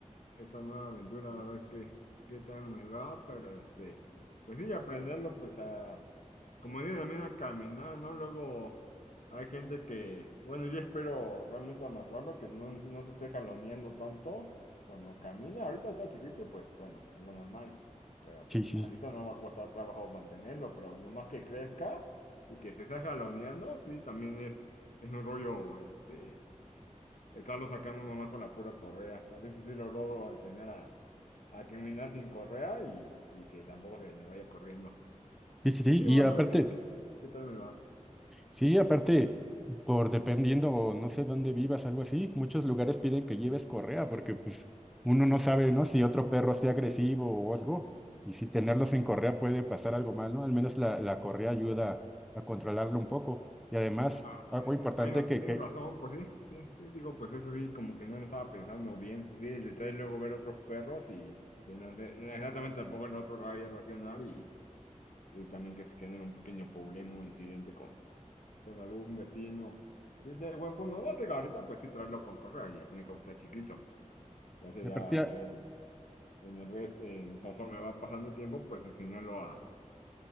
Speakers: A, on the left; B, in the centre.
A: esta nueva aventura, a ver qué, qué tal me va, pero este, pues sí, aprenderlo, pues a, como digo, también a caminar, ¿no? Luego hay gente que, bueno, yo espero realmente amasarlo, que no, no se esté jaloneando tanto cuando camina, ahorita está chiquito y pues bueno, es lo normal, pero pues
B: Sí, sí,
A: ahorita no va a costar trabajo mantenerlo, pero nomás que crezca y que se esté jaloneando, sí, también es, es un rollo, este Estarlo sacando nomás con la pura correa. A ver si sí lo logro enseñar a, a caminar sin correa y, y que tampoco se me vaya corriendo.
B: sí, sí, sí.
A: Sí,
B: Y
A: vamos
B: aparte,
A: a ver qué, qué, qué tal me va.
B: sí, aparte, por dependiendo o no sé dónde vivas, algo así, muchos lugares piden que lleves correa porque pues uno no sabe, ¿no? Si otro perro sea agresivo o algo. Y si tenerlo sin correa puede pasar algo mal, ¿no? Al menos la, la correa ayuda a controlarlo un poco. Y además,
A: Ay,
B: algo importante
A: bueno,
B: que,
A: tienes
B: que,
A: razón, pues sí, sí, sí, digo, pues eso sí, como que no lo estaba pensando bien. Sí, el detalle es luego ver otros perros y, y que no sé, no, exactamente tampoco el otro vaya a reaccionar y, y también que se genere un pequeño problema o incidente con, con algún vecino. Y de buen punto, no te digo, ahorita pues sí traerlo con correa y al fin y al cabo está chiquito. Ya sería,
B: y aparte,
A: a ver, en el resto, en, conforme va pasando el tiempo, pues enseñarlo a,